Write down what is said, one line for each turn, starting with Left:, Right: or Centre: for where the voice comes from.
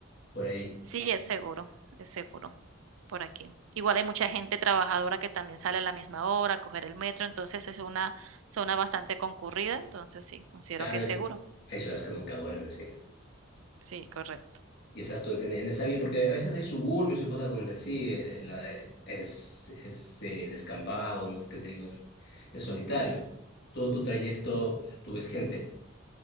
Left: por ahí.
Right: Sí, es seguro, es seguro por aquí. Igual hay mucha gente trabajadora que también sale a la misma hora a coger el metro, entonces es una zona bastante concurrida, entonces sí, considero
Left: Claro,
Right: que
Left: eh,
Right: es seguro.
Left: hay ciudades que nunca duermen, sí.
Right: Sí, correcto.
Left: Y estás tú en, en esa vía, porque a veces hay suburbios y cosas donde sí, eh, la- eh, es, es eh, descampado, no que te digo, es, es solitario. Todo tu trayecto, tú ves gente.